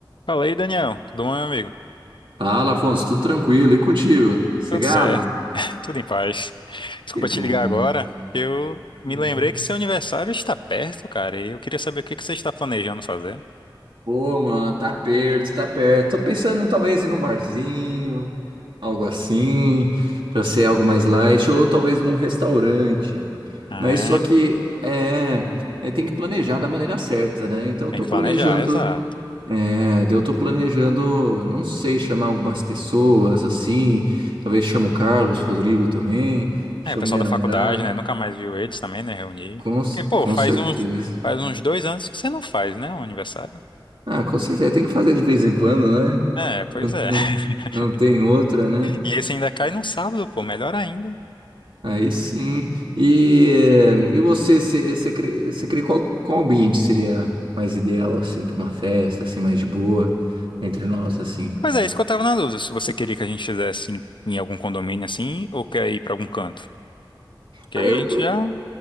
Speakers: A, on the left; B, on the right.
A: Fala aí, Daniel. Tudo bom, meu amigo?
B: Fala, Afonso, tudo tranquilo? E contigo? Cegado?
A: Tudo certo. <laughs> Tudo em paz. Desculpa
B: Que
A: te
B: bom.
A: ligar agora. Eu me
B: Hum.
A: lembrei que seu aniversário está perto, cara, e eu queria saber o que que você está planejando fazer.
B: Pô, mano, tá perto, tá perto. Tô pensando talvez em um barzinho, algo assim, pra ser algo mais light, ou talvez num restaurante.
A: Ah,
B: Mas só que
A: é?
B: é, é, tem que planejar da maneira certa, né? Então eu
A: Tem
B: tô
A: que
B: planejando,
A: planejar, exato.
B: é, eu tô planejando, não sei, chamar algumas pessoas assim, talvez chamo o Carlos, Rodrigo também, chamo
A: É, o pessoal
B: minha
A: da
B: namorada.
A: faculdade, né? Nunca mais viu eles também, né? Reunir.
B: Com, c-
A: Porque, pô,
B: com
A: faz
B: certeza.
A: uns, faz uns dois anos que você não faz, né? Um aniversário.
B: Ah, com certeza. Tem que fazer de vez em quando, né?
A: É, pois
B: Não,
A: é.
B: não,
A: <laughs>
B: não tem outra, né?
A: E esse ainda cai num sábado, pô, melhor ainda.
B: Aí sim. E, eh, e você, você, você crê, você crê qual, qual ambiente seria mais ideal, assim, para uma festa, assim, mais de boa, entre nós, assim?
A: Pois é, isso que eu tava na dúvida, se você queria que a gente fizesse em, em algum condomínio assim, ou quer ir pra algum canto. Que
B: Ah,
A: aí
B: Eu,
A: a gente já.